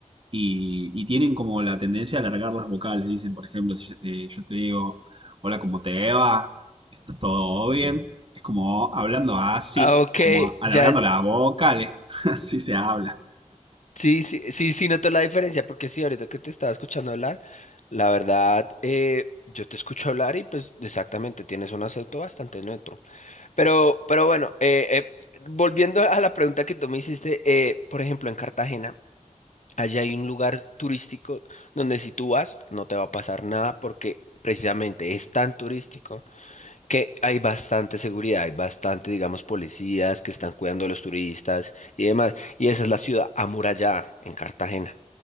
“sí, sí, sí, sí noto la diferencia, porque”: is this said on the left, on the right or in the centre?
Left